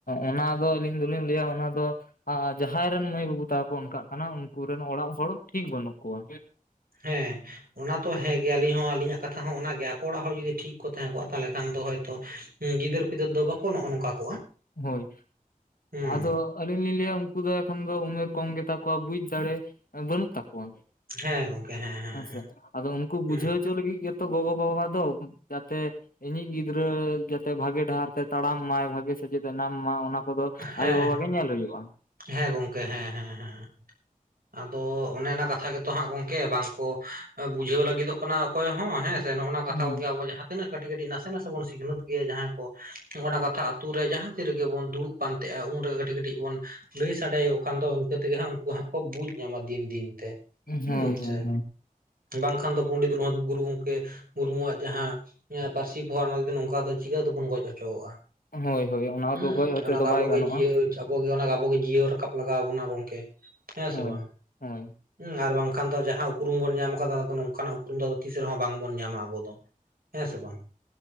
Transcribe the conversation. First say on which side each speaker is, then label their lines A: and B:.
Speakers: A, on the left (about 70°); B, on the right (about 75°).
A: ᱚᱱᱟ ᱫᱚ ᱟᱹᱞᱤᱧ ᱫᱚᱞᱤᱧ ᱞᱟᱹᱭᱟ ᱚᱱᱟ ᱫᱚ ᱟᱨ ᱡᱟᱦᱟᱸᱭ ᱨᱮᱱ ᱢᱟᱹᱭ ᱵᱟᱹᱵᱩ ᱛᱟᱠᱚ ᱚᱱᱠᱟᱜ ᱠᱟᱱᱟ ᱩᱱᱠᱩᱨᱮᱱ ᱚᱲᱟᱜ ᱦᱚᱲ ᱴᱷᱤᱠ ᱵᱟᱹᱱᱩᱜ ᱠᱚᱣᱟ᱾
B: ᱦᱮᱸ ᱚᱱᱟ ᱛᱚ ᱦᱮᱸ ᱜᱮ ᱟᱞᱤᱧ ᱦᱚᱸ ᱟᱹᱞᱤᱧᱟᱜ ᱠᱟᱛᱷᱟ ᱦᱚᱸ ᱚᱱᱟ ᱜᱮ ᱟᱠᱚ ᱚᱲᱟᱜ ᱦᱚᱲ ᱡᱩᱫᱤ ᱴᱷᱤᱠ ᱠᱚ ᱛᱟᱦᱮᱸ ᱠᱚᱜ ᱛᱟᱦᱚᱞᱮ ᱠᱷᱟᱱ ᱫᱚ ᱦᱳᱭᱛᱳ ᱸ ᱜᱤᱫᱟᱹᱨ ᱯᱤᱫᱟᱹᱨ ᱫᱚ ᱵᱟᱠᱚ ᱱᱚᱜᱼᱚ ᱱᱚᱝᱠᱟ ᱠᱚᱜᱼᱟ᱾
A: ᱦᱳᱭ
B: ᱦᱩᱸ
A: ᱟᱫᱚ ᱟᱹᱞᱤᱧ ᱞᱤᱧ ᱞᱟᱹᱭᱟ ᱩᱱᱠᱩ ᱫᱚ ᱮᱠᱷᱚᱱ ᱫᱚ ᱩᱢᱮᱨ ᱠᱚᱢ ᱜᱮᱛᱟ ᱠᱚᱣᱟ ᱵᱩᱡ ᱫᱟᱲᱮ ᱵᱟᱹᱱᱩᱜ ᱛᱟᱠᱚᱣᱟ᱾
B: ᱦᱮᱸ ᱜᱚᱝᱠᱮ ᱦᱮᱸ ᱦᱮᱸ
A: ᱦᱮᱸᱥᱮ ᱟᱫᱚ ᱩᱱᱠᱩ
B: ᱦᱩᱸ
A: ᱵᱩᱡᱷᱟᱹᱣ ᱞᱟᱹᱜᱤᱫ ᱜᱮ ᱛᱚ ᱜᱚᱜᱚ ᱵᱟᱵᱟ ᱫᱚ ᱡᱟᱛᱮ ᱤᱧᱤᱡ ᱜᱤᱫᱽᱨᱟᱹ ᱡᱟᱛᱮ ᱵᱷᱟᱜᱮ ᱰᱟᱦᱟᱨ ᱛᱮ ᱛᱟᱲᱟᱢ ᱢᱟᱭ ᱵᱷᱟᱜᱮ ᱥᱮᱪᱮᱫ ᱮ ᱧᱟᱢ ᱢᱟ ᱚᱱᱟ ᱠᱚ ᱫᱚ
B: ᱦᱮᱸ
A: ᱟᱭᱳ ᱵᱟᱵᱟ ᱜᱮ ᱧᱮᱞ ᱦᱳᱭᱳᱜᱼᱟ᱾
B: ᱦᱮᱸ ᱜᱚᱝᱠᱮ ᱦᱮᱸ ᱦᱮᱸ ᱦᱮᱸ ᱟᱫᱚ ᱚᱱᱮ ᱚᱱᱟ ᱠᱟᱛᱷᱟ ᱜᱮ ᱛᱚ ᱦᱟᱸᱜ ᱜᱚᱝᱠᱮ ᱵᱟᱝ ᱠᱚ ᱵᱩᱡᱷᱟᱹᱣ ᱞᱟᱹᱜᱤᱫᱚᱜ ᱠᱟᱱᱟ ᱚᱠᱚᱭ ᱦᱚᱸ ᱦᱮᱸ ᱥᱮ ᱱᱚᱜᱼᱚ ᱱᱟ ᱠᱟᱛᱷᱟ
A: ᱦᱩᱸ
B: ᱠᱚ ᱜᱮ ᱟᱵᱚ ᱡᱟᱦᱟᱸ ᱛᱤᱱᱟᱹᱜ ᱠᱟᱹᱴᱤᱡ ᱠᱟᱹᱴᱤᱡ ᱱᱟᱥᱮ ᱱᱟᱥᱮ ᱵᱚᱱ ᱥᱤᱠᱷᱱᱟᱹᱛ ᱜᱮᱭᱟ ᱡᱟᱦᱟᱸᱭ ᱠᱚ ᱚᱱᱟ ᱠᱟᱛᱷᱟ ᱟᱛᱩ ᱨᱮ ᱡᱟᱦᱟᱸ ᱛᱤᱱ ᱨᱮᱜᱮ ᱵᱚᱱ ᱫᱩᱲᱩᱵ ᱯᱟᱱ ᱛᱟᱦᱮᱸᱼᱟ ᱩᱱᱨᱮᱜᱮ ᱠᱟᱹᱴᱤᱡ ᱠᱟᱹᱴᱤᱡ ᱵᱚᱱ ᱞᱟᱹᱭ ᱥᱟᱰᱮ ᱟᱠᱚ ᱠᱷᱟᱱ ᱫᱚ ᱤᱱᱠᱟᱹ ᱛᱮ ᱜᱮ ᱦᱟᱸᱜ ᱩᱱᱠᱩ ᱦᱟᱸᱜ ᱠᱚ ᱵᱩᱡᱽ ᱧᱟᱢᱟ ᱫᱤᱱ ᱫᱤᱱ ᱛᱮ᱾ ᱦᱩᱸ
A: ᱦᱳᱭ ᱦᱳᱭ
B: ᱪᱮᱫ ᱵᱟᱝ ᱠᱷᱟᱱ ᱫᱚ ᱯᱚᱱᱰᱤᱛ ᱨᱚᱜᱷᱩᱛ ᱜᱩᱨᱩ ᱜᱚᱝᱠᱮ ᱢᱩᱨᱢᱩ ᱣᱟᱜ ᱡᱟᱦᱟᱸ ᱯᱟᱹᱨᱥᱤ ᱯᱚᱦᱟ ᱚᱱᱟ ᱱᱚᱝᱠᱟ ᱪᱤᱠᱟᱹ ᱛᱮ ᱵᱚᱱ ᱜᱚᱡ ᱦᱚᱪᱚᱣᱟᱜᱼᱟ᱾
A: ᱦᱳᱭ ᱦᱳᱭ ᱦᱳᱭ ᱚᱱᱟ
B: ᱦᱩᱸ
A: ᱫᱚ ᱜᱚᱡ ᱦᱚᱪᱚ
B: ᱚᱱᱟ ᱫᱚ ᱟᱵᱚ
A: ᱵᱟᱭ
B: ᱜᱮ
A: ᱜᱟᱱᱚᱜᱼᱟ
B: ᱡᱤᱭᱟ ᱟᱵᱚ ᱜᱮ ᱚᱱᱟ ᱟᱵᱚ ᱜᱮ ᱡᱤᱭᱟᱹᱲ ᱨᱟᱠᱟᱵ ᱞᱟᱜᱟᱣ ᱵᱚᱱᱟ ᱜᱚᱝᱠᱮ ᱦᱮᱸ
A: ᱦᱳᱭ
B: ᱥᱮ ᱵᱟᱝ?
A: ᱦᱳᱭ
B: ᱦᱩᱸ ᱟᱨ ᱵᱟᱝ ᱠᱷᱟᱱ ᱫᱚ ᱡᱟᱦᱟᱸ ᱩᱯᱨᱩᱢ ᱵᱚᱱ ᱧᱟᱢ ᱠᱟᱫᱟ ᱱᱚᱝᱠᱟᱱ ᱟᱜ ᱩᱯᱨᱩᱢ ᱫᱚ ᱛᱤᱥ ᱨᱮ ᱦᱚᱸ ᱵᱟᱝ ᱵᱚᱱ ᱧᱟᱢᱟ ᱟᱵᱚ ᱫᱚ᱾ ᱦᱮᱸ ᱥᱮ ᱵᱟᱝ?